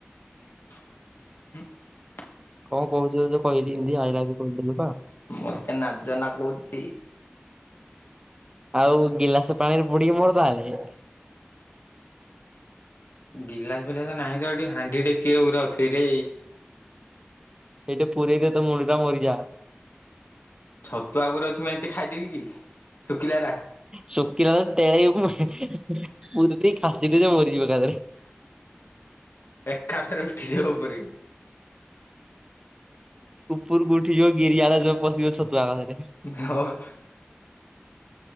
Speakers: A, on the left; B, on the right.
A: ହୁଁ।
B: କଣ କହୁ କହିଲି ଏମତି ଆଇ ଲଭ୍ ୟୁ କହିଥିଲୁ ପା।
A: ମତେ ନାଜ ନାଗୁଛି।
B: ଆଉ ଗିଲାସ ପାଣିରେ ବୁଡିକି ମର ତାହଲେ।
A: ଗିଲାସ ଫିଲାସ ନାହିଁ ତ ଏଠି ହାଣ୍ଡି ଡେକଚି ଗୁରା ଅଛି ରେ।
B: ଏଇଟା ପୁରେଇ ଦେ ତୋ ମୁଣ୍ଡଟା ମରିଯା।
A: ଛତୁ ଆଗରେ ଅଛି ମେଞ୍ଚେ ଖାଇଦେବି କି? ଶୁଖିଲାରା
B: ସୁକିଲ ତ ତେଳେଇବୁ। ପୁରେଇଦେ ଖାସିବୁ ଯେ ମରିଯିବୁ ଏକାଥରେ।
A: ଏକାଥରେ ଉଠିଯିବ ପରି।
B: ଉପରକୁ ଉଠି ଯିବ ଗିରିଆଳ ଯଉ ପଶିଯବ ଛତୁଆ ରେ
A: <unintelligible>